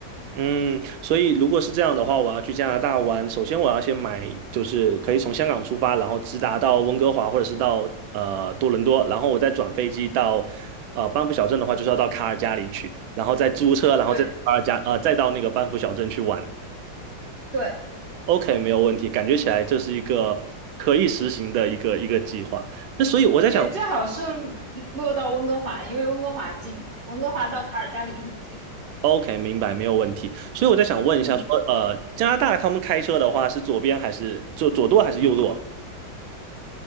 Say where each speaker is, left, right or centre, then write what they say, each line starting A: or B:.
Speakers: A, on the right; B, on the right.
A: 嗯，所以如果是这样的话，我要去加拿大玩，首先我要先买，就是可以从香港出发，然后直达到温哥华或者是到呃多伦多，然后我再转飞机到呃班夫小镇的话，就是要到卡尔加里去，然后再租车，然后再到卡尔加呃再到那个班夫小镇去玩。
B: 对对
A: OK，没有问题，感觉起来这是一个可以实行的一个一个计划。那所以我在想
B: 对，最好是落到温哥华，因为温哥华近嘛，温哥华到卡尔加里很近。
A: ，OK，明白，没有问题。所以我在想问一下说，
B: 嗯，
A: 呃，加拿大他们开车的话是左边还是就左舵还是右舵？